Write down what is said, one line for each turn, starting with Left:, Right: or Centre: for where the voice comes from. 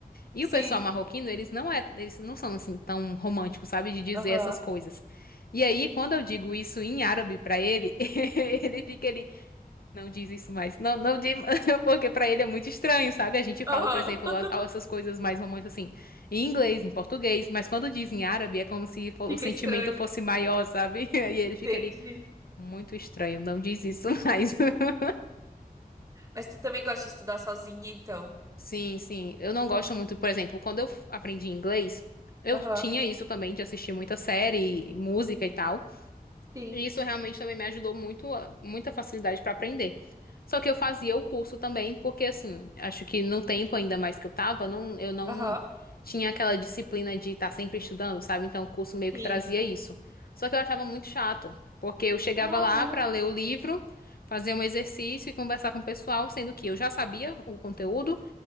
Left: E
Right: Sim.
Left: o pessoal marroquino, eles não é, eles não são assim tão românticos, sabe, de dizer
Right: Aham.
Left: essas coisas. E aí, quando eu digo isso em árabe pra ele, <laughs> ele fica ele não diz isso mais. Não, não diz, <laughs> porque pra ele é muito estranho, sabe? A gente fala,
Right: Aham.
Left: por exemplo,
Right: <laughs>
Left: a- a- essas coisas mais românticas assim, em inglês, em português, mas quando diz em árabe é como se fo-
Right: Fica
Left: o sentimento
Right: estranho.
Left: fosse maior, sabe? <laughs> E ele
Right: Entendi.
Left: fica ali, muito estranho, não diz isso mais. <laughs>
Right: Mas tu também gosta de estudar sozinha, então?
Left: Sim, sim. Eu não gosto muito, por exemplo, quando eu f- aprendi inglês, eu
Right: Aham.
Left: tinha isso também de assistir muita série, música e tal.
Right: Sim.
Left: E isso realmente também me ajudou muito, a- muita facilidade para aprender. Só que eu fazia o curso também, porque assim, acho que no tempo ainda mais que eu tava, não, eu não
Right: Aham.
Left: tinha aquela disciplina de estar sempre estudando, sabe? Então o curso meio
Right: Sim.
Left: que trazia isso. Só que eu achava muito chato, porque eu chegava
Right: Não
Left: lá
Right: é?
Left: para ler o livro, fazer um exercício e conversar com o pessoal, sendo que eu já sabia o conteúdo,